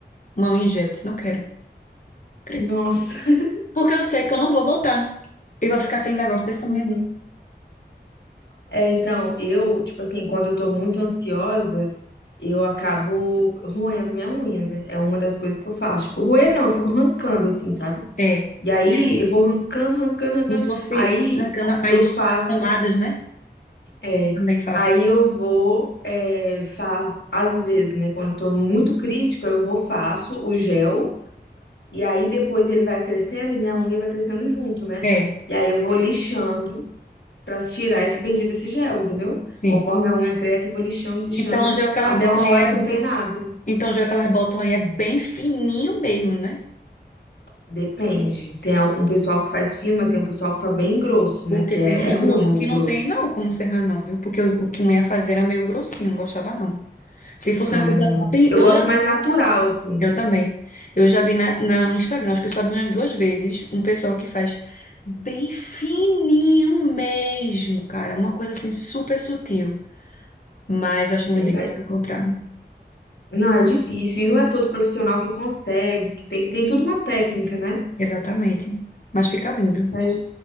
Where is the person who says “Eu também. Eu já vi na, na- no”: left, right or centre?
Left